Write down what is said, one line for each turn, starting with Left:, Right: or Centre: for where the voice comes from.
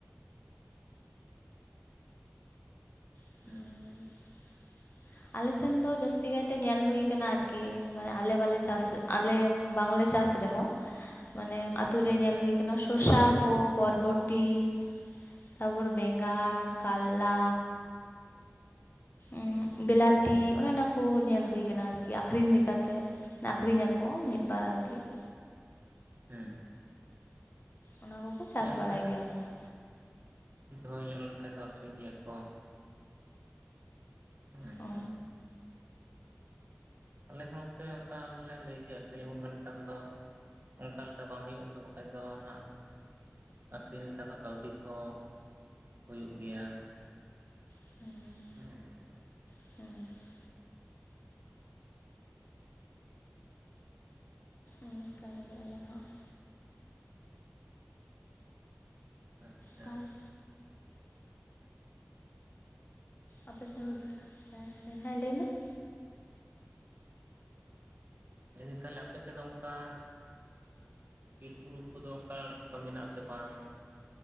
Left: ᱚᱱᱟ
Right: ᱦᱮᱸ
Left: ᱜᱮ ᱾
Right: <inaudible>
Left: ᱟᱞᱮ ᱥᱮᱱ ᱫᱚ ᱡᱟᱹᱥᱛᱤ ᱠᱟᱭ ᱛᱮ ᱧᱮᱞ ᱦᱩᱭ ᱠᱟᱱᱟ, ᱟᱨᱠᱤ ᱢᱟᱱᱮ ᱟᱞᱮ ᱵᱟᱞᱮ ᱪᱟᱥ ᱟᱞᱮ ᱵᱟᱝ ᱞᱮ ᱪᱟᱥ ᱨᱮᱦᱚᱸ ᱢᱟᱱᱮ ᱟᱹᱛᱩ
Right: ᱦᱮᱸ
Left: ᱨᱮ ᱧᱮᱞ ᱦᱩᱭ ᱟᱠᱟᱱᱟ, ᱥᱚᱥᱟ ᱠᱚ ᱵᱚᱨᱵᱚᱴᱤ ᱛᱟᱨᱯᱚᱨ ᱵᱮᱸᱜᱟᱲ ᱠᱟᱞᱞᱟ ᱩᱸ ᱵᱮᱞᱟᱛᱤ ᱚᱱᱮ ᱚᱱᱟ ᱠᱚ, ᱧᱮᱞ ᱦᱩᱭ ᱟᱠᱟᱱᱟ ᱟᱨᱠᱤ ᱟᱹᱠᱷᱨᱤᱧ ᱞᱮᱠᱟ ᱛᱮ ᱾ ᱟᱹᱠᱷᱨᱤᱧ ᱟᱠᱚ ᱢᱤᱫ ᱵᱟᱨ ᱟᱨᱠᱤ ᱾
Right: ᱦᱮᱸ
Left: ᱚᱱᱟ ᱠᱚᱠᱚ ᱪᱟᱥ
Right: ᱚᱱᱠᱟ
Left: ᱵᱟᱲᱟᱭ
Right: ᱡᱟᱹᱥᱛᱤ
Left: ᱜᱮᱭᱟ ᱠᱚ ᱾
Right: ᱦᱩᱭ ᱧᱚᱜ ᱞᱮᱱᱠᱷᱟᱱ ᱫᱚ ᱟᱹᱠᱷᱨᱤᱧ ᱜᱮᱭᱟ ᱠᱚ ᱾ ᱦᱮᱸ
Left: ᱚ
Right: ᱟᱨ ᱟᱞᱮ ᱦᱚᱸᱛᱮ ᱚᱱᱠᱟᱞ ᱞᱮ ᱞᱟᱹᱭ ᱜᱮᱭᱟ ᱟᱹᱠᱷᱨᱤᱧ ᱩᱱ ᱢᱮᱱᱠᱷᱟᱱ ᱫᱚ ᱚᱱᱠᱟ ᱞᱮᱠᱟ ᱵᱟᱝ ᱦᱩᱭᱩᱜᱼᱟ ᱛᱚ, ᱵᱟᱠᱷᱟᱡ ᱫᱚ ᱱᱟᱦᱟᱜ ᱟᱹᱠᱷᱨᱤᱧ ᱞᱮᱠᱷᱟᱱ ᱫᱚ ᱠᱟᱹᱣᱰᱤ ᱠᱚ ᱦᱩᱭᱩᱜ ᱜᱮᱭᱟ ᱾
Left: ᱦᱮᱸ ᱾
Right: <inaudible>
Left: ᱦᱮᱸ ᱾ ᱚᱱᱠᱟ ᱜᱮ ᱟᱞᱮ ᱦᱚᱸ ᱾
Right: ᱟᱪᱪᱷᱟ
Left: ᱛᱟᱦᱚᱞᱮ
Right: ᱾
Left: ᱟᱯᱮᱥᱮᱱ ᱦᱮᱸ, ᱦᱮᱸ ᱞᱟᱹᱭ ᱢᱮ ᱾
Right: ᱞᱟᱹᱭ ᱫᱟᱧ ᱛᱟᱦᱚᱞᱮ ᱟᱯᱮ ᱥᱮᱫ ᱫᱚ ᱚᱱᱠᱟ ᱵᱤᱨ ᱵᱩᱨᱩ ᱠᱚᱫᱚ ᱚᱱᱠᱟ ᱞᱮᱠᱟ ᱢᱮᱱᱟᱜᱼᱟ ᱥᱮ ᱵᱟᱝ?